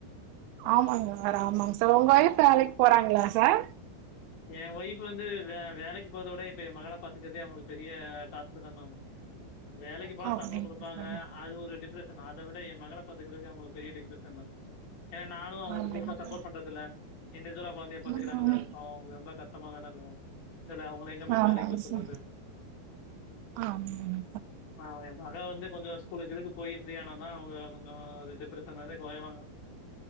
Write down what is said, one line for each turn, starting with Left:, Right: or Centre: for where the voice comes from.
Right: ஆமாங்க வேற ஆமாங்க சார் உங்க ஒய்ஃப் வேலைக்கு போறாங்ளா சார்
Left: ஏ ஒய்ஃப்பு வந்து வே வேலைக்கு போறத விட இப்ப என் மகளை பாத்துக்கற்தே அவுங்களுக்கு பெரிய டாஸ்கு தா மேம் வேலைக்கு போனா
Right: அப்டிங்களா
Left: சம்பள குடுப்பாங்க அது ஒரு டிப்ரஸ் ஸன் அத விட எ மகளை பாத்துக்கறதே அவுங்களுக்கு பெரிய டிப்ரெஷன் மேம் எனா நானு அவங்களுக்கு
Right: அப்டிங்களா
Left: பெருசா சப்போர்ட் பண்றதுல்ல இண்டிஜுவலா கொழந்தைய பாத்துகிறாங்கில்ல
Right: ம்
Left: பாவோ அவுங்க ரொம்ப கஷ்டமா தானே இருக்கு இதுல அவுங்கள எங்கே மேம்
Right: ஆமாங்க
Left: வேலைக்கு போக சொல்றது
Right: சார் ஆமாங்க
Left: ஆ எ மக வந்து கொஞ்சோ ஸ்கூலுக்கு கீலுக்கு போயி ஃப்ரீயானா தா அவுங்க கொஞ்சோ அது டிப்ரஷன்லிருந்தே கொறைவாங்க